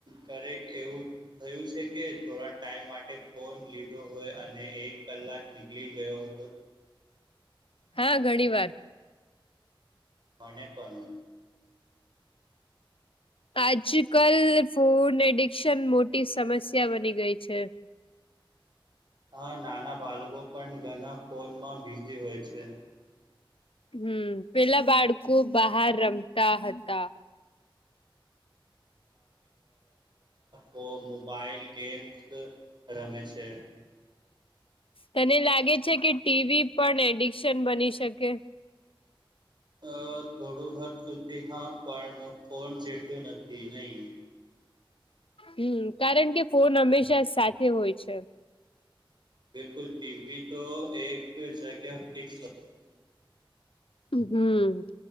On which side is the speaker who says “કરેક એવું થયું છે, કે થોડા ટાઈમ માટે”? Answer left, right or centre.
Right